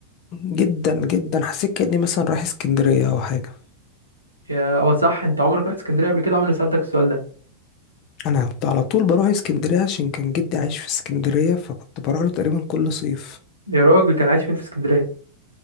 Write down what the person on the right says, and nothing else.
يا هو صح انت عمرك رحت اسكندريه قبل كده عمري ما سالتك السؤال ده
يا راجل كان عايش فين في اسكندريه